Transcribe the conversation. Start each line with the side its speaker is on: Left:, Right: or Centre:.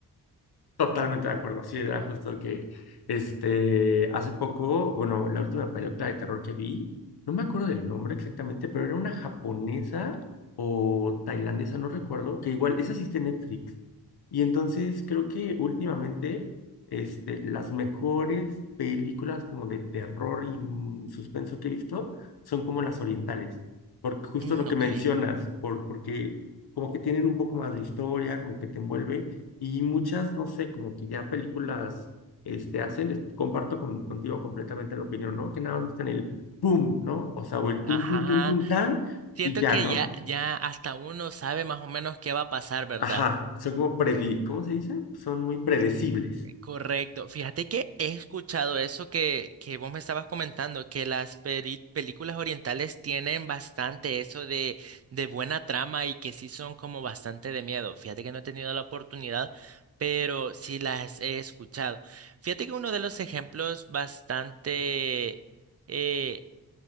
Left: Totalmente de acuerdo, sí, era justo que este, hace poco, bueno, la última película de terror que vi, no me acuerdo del nombre exactamente, pero era una japonesa o tailandesa, no recuerdo, que igual, esa sí está en Netflix. Y entonces creo que últimamente este, las mejores películas como de terror y mm, suspenso que he visto son como las orientales, porque justo
Right: Mm,
Left: lo que
Right: ok.
Left: mencionas, por, porque como que tienen un poco más de historia, como que te envuelve. Y muchas, no sé, como que ya películas este, hacen, es- comparto con- contigo completamente la opinión, ¿no? Que nada más buscan el pum, ¿no? O sea, o el tun,
Right: Ajá.
Left: tun, tun, tun, tan,
Right: Siento
Left: y ya,
Right: que
Left: ¿no?
Right: ya, ya hasta uno sabe más o menos qué va a pasar, ¿verdad?
Left: Ajá, son como predi, ¿cómo se dice? Son muy predecibles.
Right: Correcto. Fíjate que he escuchado eso que, que vos me estabas comentando, que las peri- películas orientales tienen bastante eso de, de buena trama y que sí son como bastante de miedo. Fíjate que no he tenido la oportunidad, pero sí las he escuchado. Fíjate que uno de los ejemplos bastante eh,